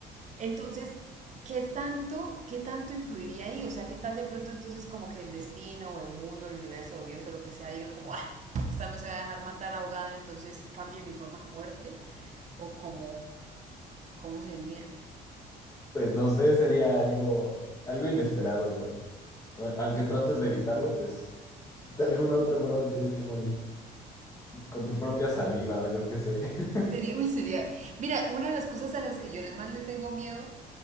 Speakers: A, on the right; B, on the left.
A: Entonces, ¿qué tanto, qué tanto influiría ahí? O sea, ¿qué tal de pronto entonces como que el destino o el mundo, el universo o Dios o lo que sea digan como, ah, esta no se va a dejar matar ahogada, entonces cambie mi forma de muerte? ¿O cómo, cómo sería?
B: Pues no sé, sería algo, algo inesperado igual. O- Aunque trates de evitarlo, pues de alguna otra forma tienes que morir. con tu propia saliva o yo qué sé. <laughs>
A: Sería, uy, sería. Mira, una de las cosas a las que yo les- más le tengo miedo,